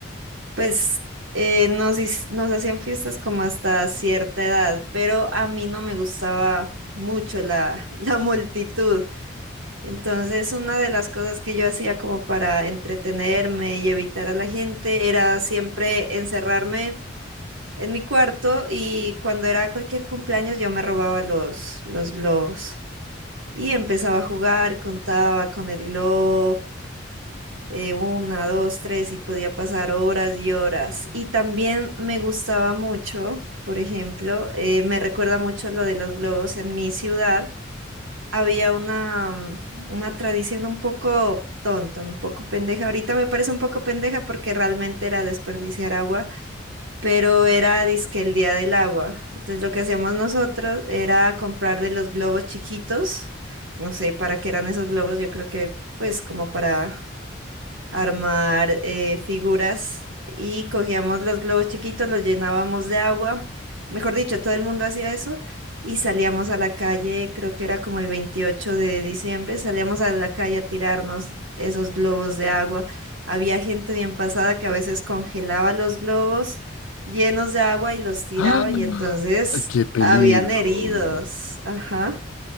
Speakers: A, on the right; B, on the left.
A: Pues eh, nos, hic- nos hacían fiestas como hasta cierta edad, pero a mí no me gustaba mucho la, <laughs> la multitud. Entonces, una de las cosas que yo hacía como para entretenerme y evitar a la gente era siempre encerrarme en mi cuarto y cuando era cualquier cumpleaños yo me robaba los, los globos y empezaba a jugar, contaba con el globo eh, una, dos, tres, y podía pasar horas y horas. Y también me gustaba mucho, por ejemplo, eh, me recuerda mucho lo de los globos en mi ciudad. Había una, mm, una tradición un poco tonta, un poco pendeja. Ahorita me parece un poco pendeja porque realmente era desperdiciar agua, pero era dizque el día del agua. Entonces lo que hacíamos nosotros era comprar de los globos chiquitos. No sé para qué eran esos globos, yo creo que pues como para armar eh, figuras y cogíamos los globos chiquitos, los llenábamos de agua. Mejor dicho, todo el mundo hacía eso y salíamos a la calle, creo que era como el 28 de diciembre, salíamos a la calle a tirarnos esos globos de agua. Había gente bien pasada que a veces congelaba los globos llenos de agua y los tiraba
B: <gasps> ¡Ah!
A: y entonces
B: ¡Qué peligro!
A: habían heridos, ajá,